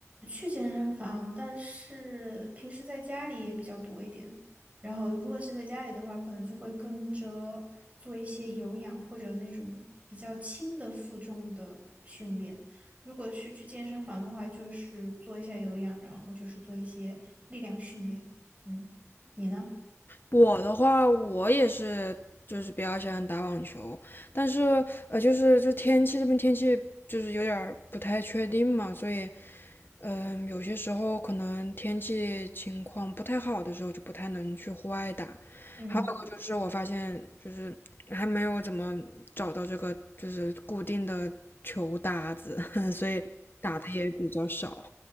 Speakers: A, on the right; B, on the left.
A: 去健身房，但是平时在家里也比较多一点。然后，如果是在家里的话，可能就会跟着做一些有氧或者那种比较轻的负重的训练。如果是去健身房的话，就是做一下有氧，然后就是做一些力量训练。嗯，你呢？
B: 我的话，我也是，就是比较喜欢打网球，但是呃，就是就天气这边天气就是有点儿不太确定嘛，所以嗯、有些时候可能天气情况不太好的时候就不太能去户外打。
A: 嗯，
B: 还有一个就是我发现就是还没有怎么找到这个就是固定的球搭子，<laughs> 所以打的也比较少。